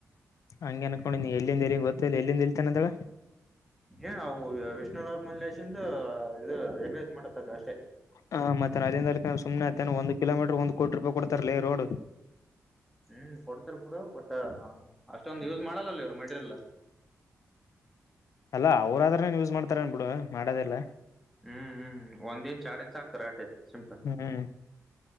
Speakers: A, on the left; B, in the centre.
A: ಹಂಗೆ ಅನ್ಕೊಂಡಿ ನೀ ಎಲ್ಲಿಂದ ಎಲ್ಲಿ ಗೊತ್ತಿಲ್ಲ ಎಲ್ಲಿಂದ ಇಲ್ತಾನ ಅದಳ
B: ಏನವು ವಿಷ್ಣುನ ಮನೇಲಿಶಿಂದು ಇದ ಎಗ್ಗ್ರೀಸ್ ಮಾಡತಕ್ಕ ಅಷ್ಟೇ
A: ಹಾ ಮತ್ತೆ ಅಲ್ಲಿಂದ ಅಲ್ಲತನ ಸುಮನೆ ಆಯ್ಥೆನ್ಲಿ ಒಂದು ಕಿಲೋಮೀಟರ್ ಒಂದು ಕೋಟ ರೂಪಾಯಿ ಕೊತಾರಲಿೀ ರೋಡ್
B: ಹ್ಮ್ ಕೊಡ್ತಾರ ಬಿಡು ಬಟ್ ಅಷ್ಟೊಂದು ಯೂಸ್ ಮಾಡಲ್ಲಲ್ಲಿ ಇವರು ಮೆಟೀರಿಯಲ್
A: ಅಲ್ಲಾ ಅವ್ರಾದ್ರೇನ್ ಯೂಸ್ ಮಾಡ್ತಾರನ್ ಬಿಡು ಮಾಡೋದಿಲ್ಲಾ
B: ಹ್ಮ್ ಹ್ಮ್ ಒಂದ್ ಇಂಚ್ ಎರಡು ಇಂಚ್ ಅಂತಾರೆ ಅಟೇ ಸಿಮ್ಟ
A: ಹ್ಮ್